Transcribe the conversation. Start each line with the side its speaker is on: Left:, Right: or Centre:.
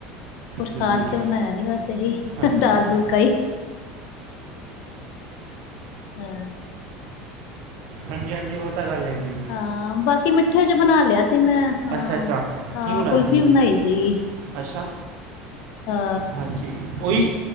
Left: ਕੁਛ
Right: ਠੀਕ
Left: ਖਾਸ ਤੇ
Right: ਹੈ
Left: ਬਣਾਇਆ ਨੀ ਬਸ ਏਹੀ
Right: ਅੱਛਾ
Left: ਦਾਲ
Right: ਅੱਛਾ
Left: ਫੁਲ ਕਈ ਹੂੰ।
Right: ਹਾਂਜੀ-ਹਾਂਜੀ ਉਹ ਤਾਂ ਗੱਲ ਹੈਗੀ ਏ।
Left: ਹਾਂ ਬਾਕੀ ਮਿੱਠੇ ਚ ਬਣਾ ਲੇਆ ਸੀ ਮੈਂ
Right: ਹੈ।
Left: ਹਾਂ,
Right: ਅੱਛਾ ਅੱਛਾ
Left: ਹਾਂ
Right: ਕੀ ਬਣਾਇਆ
Left: ਕੁਲਫੀ
Right: ਸੀ ਮਿੱਠੇ
Left: ਬਣਾਈ ਸੀਗੀ।
Right: 'ਚ ਅੱਛਾ,
Left: ਹਾਂ
Right: ਹਾਂਜੀ ਓਈ